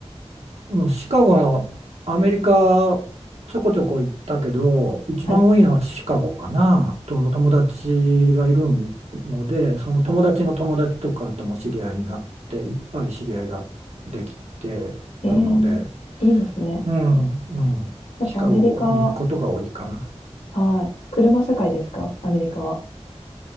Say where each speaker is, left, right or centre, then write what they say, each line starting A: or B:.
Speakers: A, on the right; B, on the left.
A: うんシカゴのアメリカちょこちょこ行ったけど一番多いのはシカゴかなその友達がいる
B: はい。
A: のでその友達の友達とかとも知り合いになっていっぱい知り合いができて
B: えー、
A: るので。
B: いいですね。
A: うん、うん。
B: やっぱアメリカ、
A: シカゴに行くことが多いかな。
B: はい。車社会ですかアメリカは。